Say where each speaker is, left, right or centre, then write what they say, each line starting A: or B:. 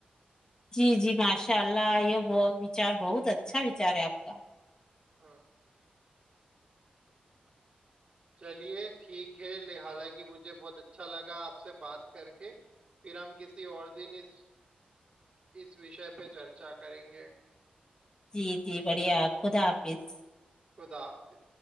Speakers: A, on the left (about 25°); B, on the right (about 35°).
A: جی جی ماشاء اللہ یہ ب وچار بہت اچھا وچار ہے آپ کا
B: ہاں چلیے ٹھیک ہے حالانکہ مجھے بہت اچھا لگا آپ سے بات کر کے پھر ہم کسی اور دن اس اس وشے پہ چرچا کریں گے
A: جی جی بڑھیا خدا حاپظ
B: خدا حافظ